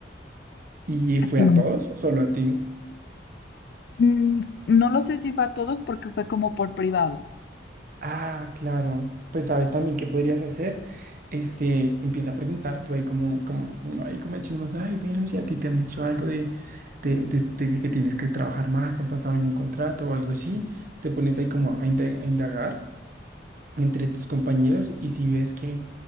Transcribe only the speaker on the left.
Así.
Mm, no lo sé si fue a todos porque fue como por privado.